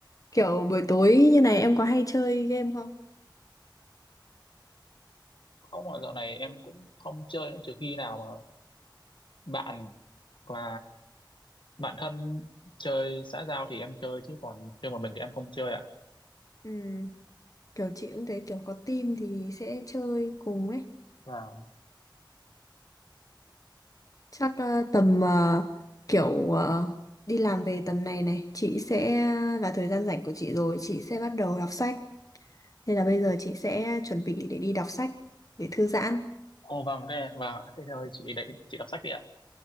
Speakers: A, on the left (about 45°); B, on the left (about 75°).
A: kiểu buổi tối như này em có hay chơi game không
B: không mà dạo này em cũng không chơi nữa, trừ khi nào mà bạn và bạn thân chơi xã giao thì em chơi chứ còn riêng một mình thì em không chơi ạ
A: ừ kiểu chị cũng thấy kiểu có team thì sẽ chơi cùng ấy
B: và
A: chắc ờ, tầm ờ, kiểu ờ, đi làm về tầm này này chị sẽ là thời gian rảnh của chị rồi chị sẽ bắt đầu đọc sách nên là bây giờ chị sẽ chuẩn bị để đi đọc sách để thư giãn
B: ô vâng thế và thế thôi chị đợi chị đọc sách đi ạ